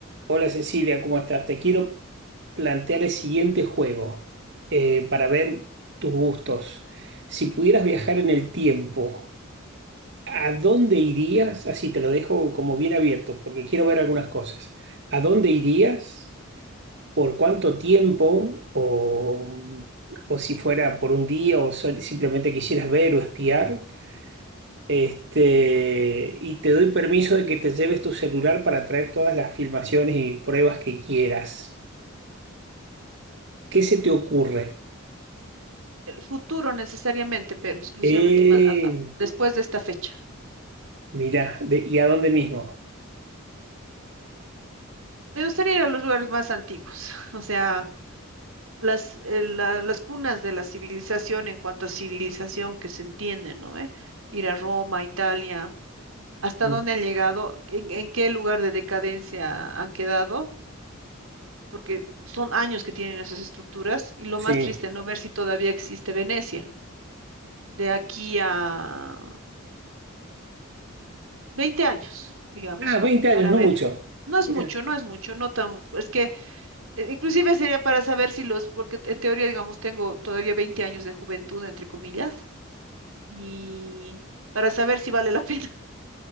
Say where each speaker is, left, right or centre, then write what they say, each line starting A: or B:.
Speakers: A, on the right; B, on the right.
A: Hola Cecilia, ¿cómo estás? Te quiero plantear el siguiente juego eh, para ver tus gustos. Si pudieras viajar en el tiempo, ¿a dónde irías? Así te lo dejo como bien abierto porque quiero ver algunas cosas. ¿A dónde irías? ¿Por cuánto tiempo? ¿O, o si fuera por un día o sol- simplemente quisieras ver o espiar? Este, y te doy permiso de que te lleves tu celular para traer todas las filmaciones y pruebas que quieras. ¿Qué se te ocurre?
B: el futuro necesariamente, pero exclusivamente
A: Eh,
B: ma- a- a- después de esta fecha.
A: mirá, de- ¿y a dónde mismo?
B: Me gustaría ir a los lugares más antiguos, <laughs> o sea, las, eh, la- las cunas de la civilización en cuanto a civilización que se entiende, ¿no? ¿Eh? Ir a Roma, Italia, hasta
A: Mm,
B: dónde han llegado, en, en qué lugar de decadencia han quedado, porque son años que tienen esas estructuras y lo
A: Sí.
B: más triste, ¿no? Ver si todavía existe Venecia. De aquí a Veinte años, digamos,
A: Ah, veinte
B: ¿no?
A: años,
B: Para
A: no
B: ver.
A: mucho.
B: No es
A: Mirá.
B: mucho, no es mucho, no tan, es que eh, inclusive sería para saber si los, porque en teoría, digamos, tengo todavía 20 años de juventud, entre comillas, y para saber si vale la pena. <laughs>